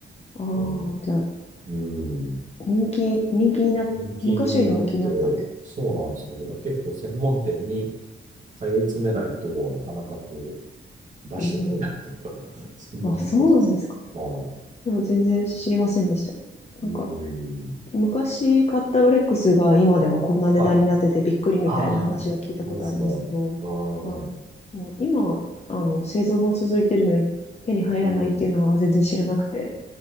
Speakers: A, on the left; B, on the right.
A: ああ
B: うん。
A: ー、じゃあ、
B: うん。
A: 人気、人気にな、
B: 人気になって、
A: 昔より人気になったって。
B: そうなんですよね。だから結構専門店に通い詰めないとなかなかこう出してくれないっていうか
A: ええ。
B: <laughs> そんな感じらしいですね。
A: あ、そうなんですか。
B: は
A: いや全然知りませんでした。なんか、
B: い。うん。
A: 昔買ったロレックスが今ではこんな値段になっててびっくりみたいな話は聞いたことありますけど、
B: はい。ああ、ありますね。う
A: はい。
B: ん。
A: もう今、あの、製造も続いてるのに手に入らないっていうのは全然知らなくて。
B: うん。